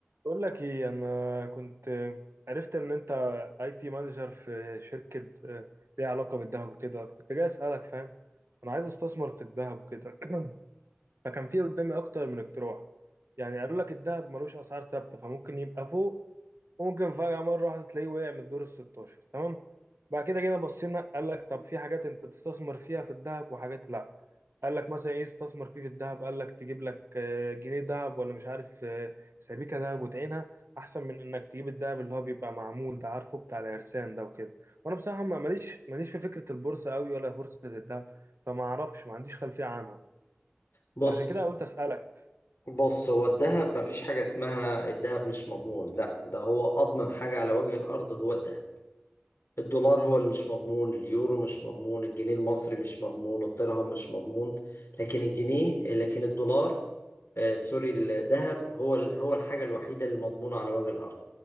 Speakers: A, on the right; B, on the left.
A: بقول لك ايه انا كنت عرفت ان انت اي تي مانجر في شركه آه، ليها علاقه بالذهب وكده كنت جاي اسالك فاهم انا عايز استثمر في الذهب وكده <clears throat> فكان في قدامي اكتر من اقتراح يعني قالوا لك الذهب ملوش اسعار ثابته فممكن يبقى فوق وممكن فجأة مرة واحدة تلاقيه وقع من الدور ال 16 تمام بعد كده جينا بصينا قال لك طب في حاجات انت تستثمر فيها في الذهب وحاجات لا قال لك مثلا ايه استثمر فيه في الذهب قال لك تجيب لك آه، جنيه ذهب ولا مش عارف آه، سبيكة ذهب وتعينها احسن من انك تجيب الذهب اللي هو بيبقى معمول ده عارفه بتاع العرسان ده وكده وانا بصراحة ما- ماليش ماليش في فكرة البورصة قوي ولا بورصة الذهب فما اعرفش ما عنديش خلفية عنها
B: بص
A: فعشان كده قلت اسألك
B: بص هو الذهب مفيش حاجة اسمها الذهب مش مضمون لا ده هو أضمن حاجة على وجه الأرض هو الذهب الدولار هو اللي مش مضمون اليورو مش مضمون الجنيه المصري مش مضمون الدرهم مش مضمون لكن الجنيه لكن الدولار آه سوري الذهب هو ال- هو الحاجة الوحيدة اللي مضمونة على وجه الأرض